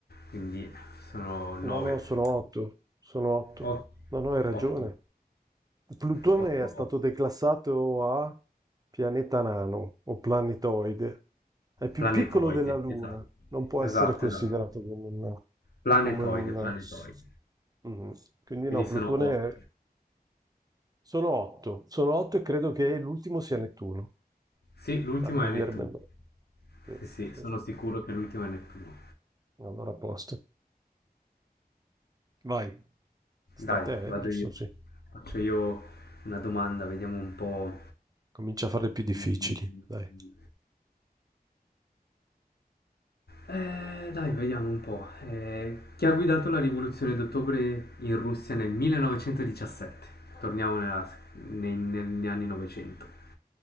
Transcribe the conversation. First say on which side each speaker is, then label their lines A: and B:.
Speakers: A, on the left; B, on the right.
A: quindi sono nove,
B: No, no, sono otto. Sono otto.
A: Ot-
B: No, no, hai ragione.
A: otto,
B: Plutone
A: otto,
B: è stato
A: otto.
B: declassato a pianeta nano o planetoide. È più
A: Planetoide,
B: piccolo della Luna,
A: esatto,
B: non può
A: esatto,
B: essere considerato
A: esatto.
B: come un,
A: Planetoide,
B: come un-
A: planetoide.
B: Mhm. Quindi
A: Quindi
B: no,
A: sono
B: Plutone
A: otto.
B: è- sono otto, sono otto e credo che l'ultimo sia Nettuno.
A: Sì, l'ultimo
B: Ma bisognerebbe
A: è Nettuno.
B: andare. Sì,
A: Sì, sì,
B: sì,
A: sono
B: sì.
A: sicuro che l'ultimo è Nettuno.
B: Allora a posto. Vai, Sta
A: Dai,
B: a te,
A: vado
B: eh? Giusto?
A: io.
B: Sì.
A: Faccio io una domanda, vediamo un po'.
B: Comincia a fare più difficili,
A: Mm,
B: dai.
A: eh, dai, vediamo un po'. Eh, chi ha guidato la rivoluzione d'ottobre in Russia nel 1917? Torniamo nella- nei- negli anni 900.